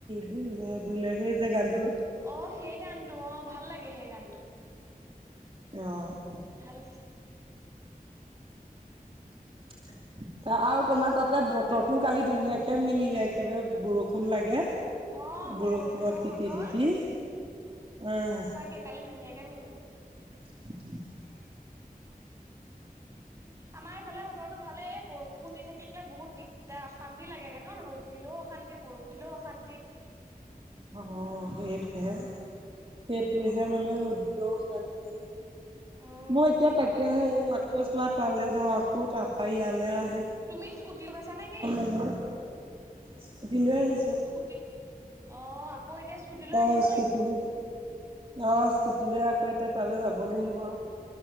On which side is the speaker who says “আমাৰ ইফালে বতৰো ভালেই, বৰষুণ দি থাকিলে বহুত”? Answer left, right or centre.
Right